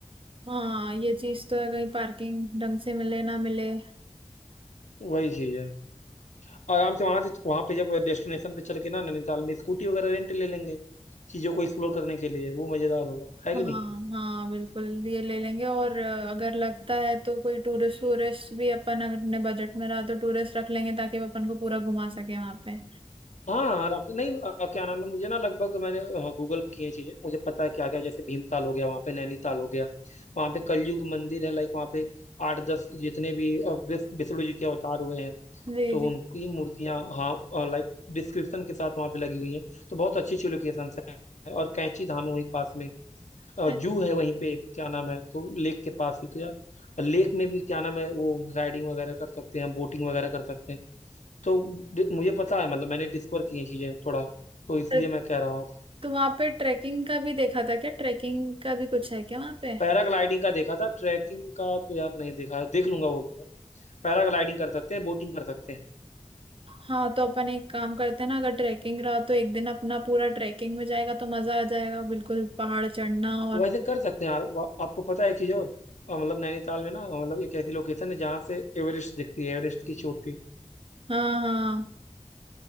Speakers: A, on the right; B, on the left.
A: हाँ ये चीज तो है कहीं पार्किंग ढंग से मिले ना मिले
B: वही चीज है आराम से वहां से वहां पे जब डेस्टिनेशन पे चल के ना नैनीताल में स्कूटी वगैरह रेंट ले लेंगे चीजों को एक्सप्लोर करने के लिए वो मजेदार होगा है कि
A: हाँ
B: नहीं
A: हाँ बिल्कुल ये ले लेंगे और अ, अगर लगता है तो कोई टूरिस्ट टूरिस्ट भी अपन अगर अपने बजट में रहा तो टूरिस्ट रख लेंगे ताकि वो अपन को पूरा घुमा सके वहाँ पे
B: हाँ हाँ आराम से नहीं अ, क्या नाम है मुझे ना लगभग मैंने गूगल की है चीजें मुझे पता है क्या क्या जैसे भीमताल हो गया वहाँ पे नैनीताल हो गया वहाँ पे कलयुग मंदिर है लाइक वहाँ पे आठ दस जितने भी अ, विष- विष्णु जी के अवतार हुए हैं
A: जी
B: तो
A: जी
B: उनकी मूर्तियाँ हाँ लाइक डिस्क्रिप्शन के साथ वहाँ पे लगी हुई हैं तो बहुत अच्छी अच्छी लोकेशन है और कैंची धाम है वहीं पास में अ,
A: अ,
B: जू है वहीं पे क्या नाम है तो लेक के पास ही तो यार लेक में भी क्या नाम है वो राइडिंग वगैरह कर सकते हैं बोटिंग वगैरह कर सकते हैं तो डि- मुझे पता है मतलब मैंने डिस्कवर की हैं चीजें थोड़ा तो इसलिए
A: तो
B: मैं कह रहा हूँ
A: तो वहाँ पे ट्रैकिंग का भी देखा था क्या ट्रैकिंग का भी कुछ है क्या वहाँ पे
B: पैराग्लाइडिंग का देखा था ट्रैकिंग का तो यार नहीं देखा है देख लूंगा वो भी मैं पैराग्लाइडिंग कर सकते हैं बोटिंग कर सकते हैं
A: हाँ तो अपन एक काम करते हैं ना अगर ट्रैकिंग रहा तो एक दिन अपना पूरा ट्रैकिंग में जाएगा तो मजा आ जाएगा बिल्कुल पहाड़ चढ़ना और
B: वैसे कर सकते हैं यार वा- आपको पता है कि और अ, मतलब नैनीताल में ना अ, मतलब एक ऐसी लोकेशन है जहाँ से एवरेस्ट दिखती है एवरेस्ट की चोटी
A: हाँ हाँ